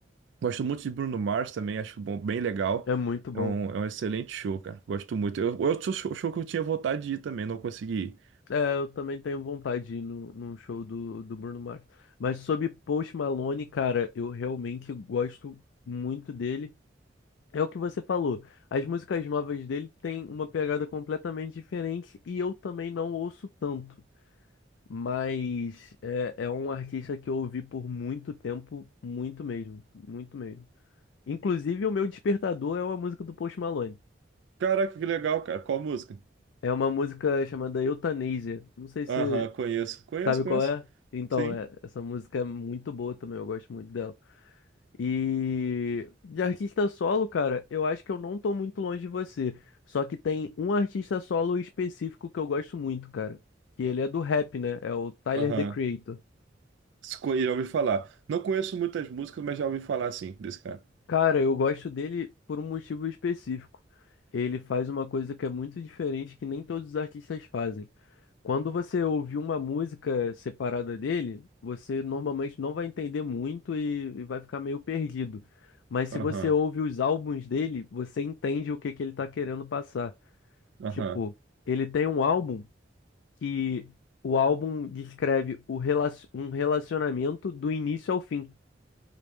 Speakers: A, on the right; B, on the left.
A: gosto muito de Bruno Mars também, acho bom, bem legal.
B: é muito bom.
A: É um, é um excelente show, cara. Gosto muito. Eu, outro show show que eu tinha vontade de ir também, não consegui ir.
B: É, eu também tenho vontade de ir no, num show do, do Bruno Mars. Mas sobre Post Malone, cara, eu realmente gosto muito dele. É o que você falou. As músicas novas dele têm uma pegada completamente diferente e eu também não ouço tanto. Mas é, é um artista que eu ouvi por muito tempo, muito mesmo, muito mesmo. Inclusive, o meu despertador é uma música do Post Malone.
A: Caraca, que legal, cara. Qual música?
B: É uma música chamada Eutanásia. Não sei se
A: Aham, conheço. Conheço,
B: sabe
A: conheço.
B: qual é. Então,
A: Sim.
B: é, essa música é muito boa também, eu gosto muito dela. E de artista solo, cara, eu acho que eu não tô muito longe de você. Só que tem um artista solo específico que eu gosto muito, cara. Que ele é do rap, né? É o Tyler,
A: Aham.
B: The Creator.
A: Se conhe- Já ouvi falar. Não conheço muitas músicas, mas já ouvi falar, sim, desse cara.
B: Cara, eu gosto dele por um motivo específico. Ele faz uma coisa que é muito diferente que nem todos os artistas fazem. Quando você ouvir uma música separada dele, você normalmente não vai entender muito e, e vai ficar meio perdido. Mas se
A: Aham,
B: você ouve os álbuns dele, você entende o que que ele tá querendo passar.
A: aham.
B: Tipo, ele tem um álbum que o álbum descreve o relac- um relacionamento do início ao fim.